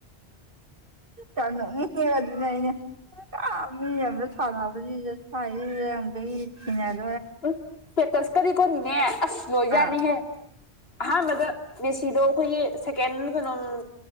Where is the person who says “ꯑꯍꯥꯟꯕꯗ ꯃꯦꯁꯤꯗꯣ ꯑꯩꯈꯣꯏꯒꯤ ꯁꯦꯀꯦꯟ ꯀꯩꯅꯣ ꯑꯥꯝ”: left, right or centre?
Left